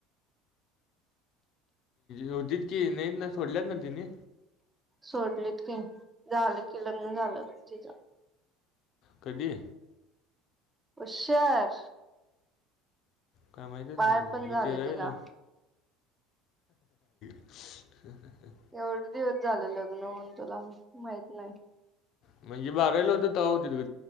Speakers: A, on the left; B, on the right.
A: होतीत की नाहीत ना सोडल्यात ना तिने
B: सोडलेत की झाल की लग्न झाल तिच
A: कधी
B: उशीर
A: काय माहितीच
B: बाळ
A: नाही
B: पण
A: मी
B: झालं
A: ते रावील
B: तिला
A: <inaudible>
B: एवढं दिवस झाले लग्न होऊन तुला माहित नाही
A: म्हणजे बारावीला होत तव्हा होते तु